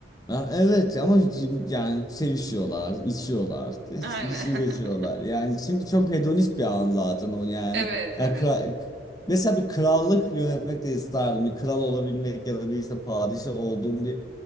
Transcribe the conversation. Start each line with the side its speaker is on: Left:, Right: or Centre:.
Left: Ha, evet ama yani sevişiyorlar, içiyorlar, <laughs>
Right: Aynen.
Left: üreşiyorlar.
Right: <laughs>
Left: Yani çünkü çok hedonist bir an zaten o yani.
Right: Evet, evet.
Left: Ya kra- mesela bir krallık yönetmek de isterdim. Bir kral olabilmek ya da bir işte padişah olduğum bir